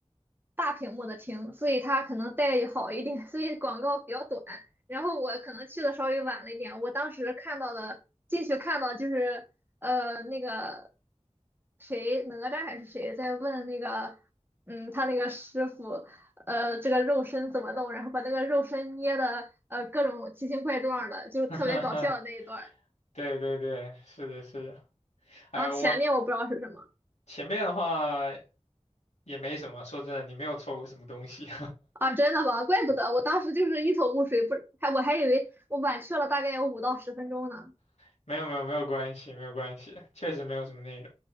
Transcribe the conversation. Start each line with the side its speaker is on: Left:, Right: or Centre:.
Right: 大屏幕的听，所以他可能待遇好一点，所以广告比较短。然后我可能去的稍微晚了一点，我当时看到的进去看到就是呃那个谁哪吒还是谁在问那个嗯他那个师傅。呃这个肉身怎么弄，然后把那个肉身捏的呃各种奇形怪状的，就特别搞笑的那一段儿
Left: <laughs> 对对对，是的，是的。哎，
Right: 然后前面我不知道是什么
Left: 我前面的话也没什么，说真的，你没有错过什么东西，
Right: 啊，真的吗？怪不得我当时就是一头雾水，不还我还以为我晚去了大概有五到十分钟呢。
Left: <laughs> 没有没有没有关系，没有关系，确实没有什么内容。